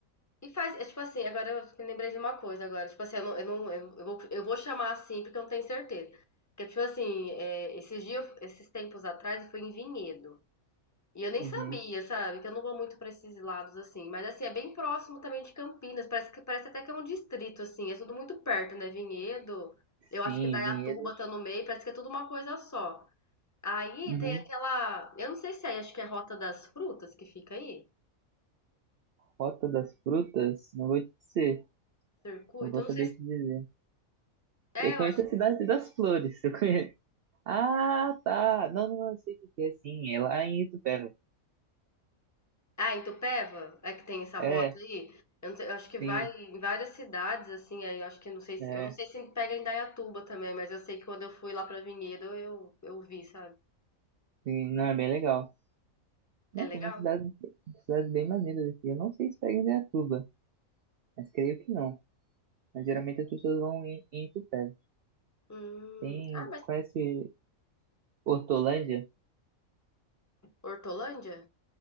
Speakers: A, on the left (about 15°); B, on the right (about 65°).
A: e faz, é tipo assim, agora eu me lembrei de uma coisa agora, tipo assim, eu não, eu não, eu, eu vou, eu vou chamar assim porque eu não tenho certeza. Porque, tipo assim, é, esses dias, esses tempos atrás, eu fui em Vinhedo. E eu nem
B: Uhum.
A: sabia, sabe? Que eu não vou muito pra esses lados assim. Mas assim, é bem próximo também de Campinas. Parece que parece até que é um distrito, assim. É tudo muito perto, né? Vinhedo. Eu
B: Sim,
A: acho que Indaiatuba
B: Vinhedo.
A: tá no meio. Parece que é tudo uma coisa só. Aí
B: Uhum.
A: tem aquela. Eu não sei se é aí, acho que é Rota das Frutas que fica aí.
B: Rota das Frutas, não vou te dizer.
A: Circuito.
B: Não vou
A: Eu não
B: saber
A: sei se.
B: te dizer.
A: É,
B: Eu
A: eu
B: conheço
A: acho.
B: a Cidade das Flores, <laughs> eu conheço. Ah, tá. Não, não, não, eu sei o que que é, sim. É lá em Itupeva.
A: Ah, em Itupeva é que tem essa rota
B: É,
A: aí. Eu, não sei, eu acho que vai
B: sim.
A: em várias cidades, assim, aí eu acho que não sei se,
B: é.
A: eu não sei se pega em Indaiatuba também, mas eu sei que quando eu fui lá pra Vinhedo, eu, eu vi, sabe?
B: Sim, não, é bem legal. Né,
A: É legal?
B: tem uma cidade, cidades bem maneiras aqui. Eu não sei se pega em Indaiatuba, mas creio que não. Mas geralmente as pessoas vão em, em Itupeva.
A: Hum.
B: Tem,
A: Ah, mas
B: conhece Hortolândia?
A: Hortolândia?